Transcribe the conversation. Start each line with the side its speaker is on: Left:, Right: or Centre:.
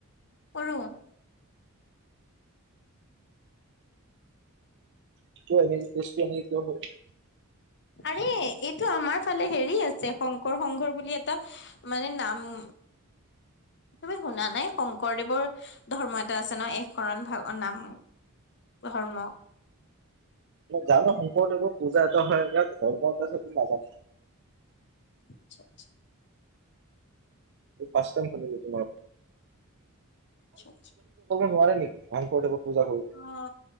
Left: কৰো।
Right: <unintelligible>
Left: আৰে, এইটো আমাৰ ফালে হেৰি আছে শংকৰ শকৰৰ বুলি এটা মানে নাম তুমি শুনা নাই, শংকৰদেৱৰ ধৰ্ম এটা আছে ন শৰণ ভাগৰ নাম ধৰ্ম।
Right: জানো শংকৰদেৱৰ পূজা এটা হয়, এতিয়া ধৰ্ম <unintelligible> নাজানো।
Left: আচ্ছা, আচ্ছা।
Right: <unintelligible> পূজা কৰিব
Left: আচ্ছা আচ্ছা।
Right: নোৱাৰে নেকি, শংকৰদেৱক পূজা কৰিলে?
Left: অ'।